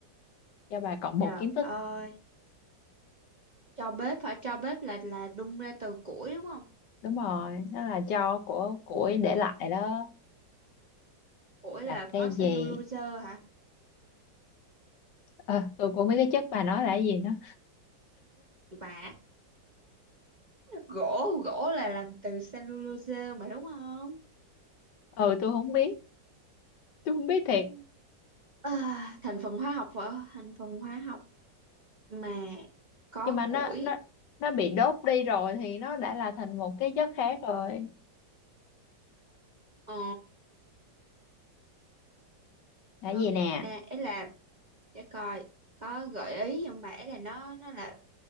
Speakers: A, on the left (about 70°); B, on the right (about 30°).
A: cho bà cộng
B: trời
A: một kiến thức
B: ơi cho bếp hả cho bếp là là đun ra từ củi đúng không
A: đúng rồi đó là cho của củi để lại đó
B: Ủa là
A: là
B: có
A: cái gì
B: cellulose hả?
A: Ờ, tôi cũng không biết cái chất bà nói là cái gì nữa
B: Vả, gỗ, gỗ là làm từ cellulose mà đúng không?
A: ừ tôi không biết tôi không biết thiệt
B: Ừ. À, thành phần hóa học vợ, thành phần hóa học mà có
A: nhưng mà nó
B: củi.
A: nó nó bị đốt đi rồi thì nó đã là thành một cái chất khác rồi
B: Ờ,
A: là
B: đâu
A: gì
B: gì
A: nè
B: ta, ấy là để coi có gợi ý không bà ấy là nó nó là